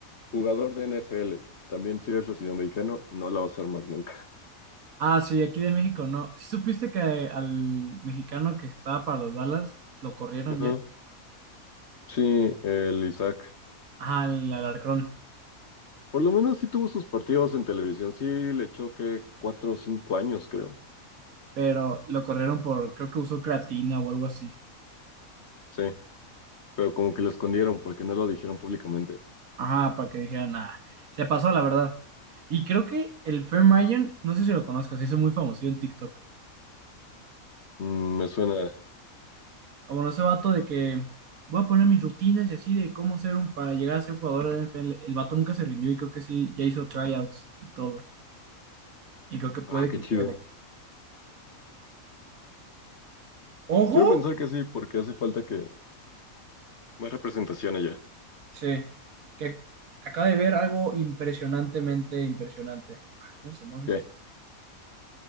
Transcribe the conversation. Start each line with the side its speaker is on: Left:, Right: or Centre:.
Left: Jugador de NFL. También si eres latinoamericano, no la vas a armar nunca.
Right: Ah, sí, aquí de México, ¿no? ¿Sí supiste que al mexicano que estaba para los Dallas lo corrieron
Left: Ajá.
Right: ya?
Left: Sí, el Isaac.
Right: Ajá, al Alarcón.
Left: Por lo menos sí tuvo sus partidos en televisión. Sí le echó que cuatro o cinco años, creo.
Right: Pero lo corrieron por, creo que usó creatina o algo así.
Left: Sí, pero como que lo escondieron porque no lo dijeron públicamente.
Right: Ah, para que dijeran, nada, se pasó la verdad. Y creo que el Fermayer, no sé si lo conozcas, se hizo muy famoso en TikTok.
Left: Mm, me suena.
Right: Ah, Bueno, ese vato de que voy a poner mis rutinas y así de cómo ser un, para llegar a ser un jugador de NFL. El vato nunca se rindió y creo que sí, ya hizo tryouts y todo. Y creo que puede
Left: Ah, qué
Right: que
Left: chido.
Right: quede. ¡Ojo!
Left: Quiero pensar que sí, porque hace falta que más representación allá.
Right: Sí, que acaba de ver algo impresionantemente impresionante. Ah, ¿Cómo se mueve
Left: ¿Qué?
Right: esto?